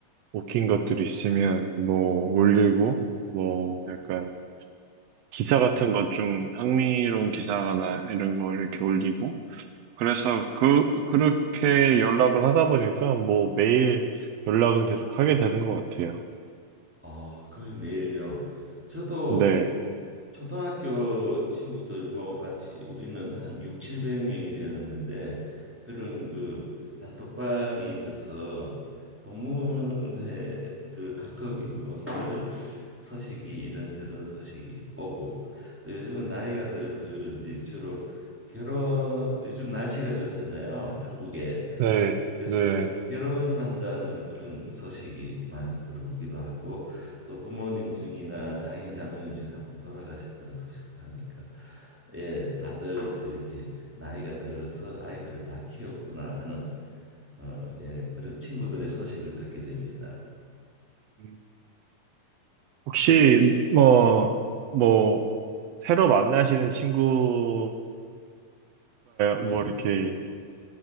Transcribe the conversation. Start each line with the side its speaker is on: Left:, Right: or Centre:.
Right: 웃긴 것들 있으면 뭐 올리고 뭐 약간 기사 같은 것 좀 흥미로운 기사나 이런 거 이렇게 올리고 그래서 그 그렇게 연락을 하다 보니까 뭐 매일 연락은 계속 하게 되는 것 같아요.
Centre: 아, 거의 매일요. 저도
Right: 네.
Centre: 초등학교 친구들 뭐 같이 우리는 한 6, 700명이 되었는데 그런 그 단톡방에 있어서 동문회 그 카톡이 뭐 늘 소식이 이런저런 소식이 오고 또 요즘은 나이가 들어서 그런지 주로 결혼 요즘 날씨가 좋잖아요. 한국에.
Right: 네,
Centre: 그래서
Right: 네.
Centre: 어, 결혼한다는 그런 소식이 많이 들어오기도 하고 또 부모님 중이나 장인 장모님 중에 한 분 돌아가셨다는 소식도 하니까 예 다들 이렇게 나이가 들어서 아이들을 다 키웠구나 하는 어, 예 그런 친구들의 소식을 듣게 됩니다.
Right: 음. 혹시 뭐, 뭐, 새로 만나시는 친구가 뭐
Centre: 네네.
Right: 이렇게